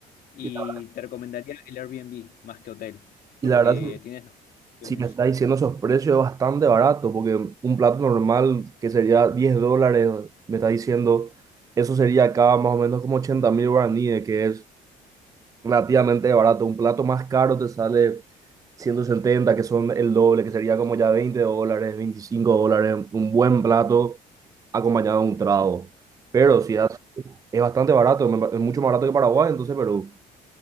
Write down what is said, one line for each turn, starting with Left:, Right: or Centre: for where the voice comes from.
Left: Y
Right: Y la,
Left: te recomendaría el Airbnb más que hotel,
Right: y
Left: porque
Right: la verdad,
Left: tienes mejores opciones.
Right: si me está diciendo esos precios es bastante barato, porque un plato normal que sería 10 dólares, me está diciendo, eso sería acá más o menos como ochenta mil guaraníes, que es relativamente barato. Un plato más caro te sale 170, que son el doble, que sería como ya 20 dólares, 25 dólares, un buen plato acompañado de un trago. Pero si es, es bastante barato, me pa- es mucho más barato que Paraguay, entonces Perú,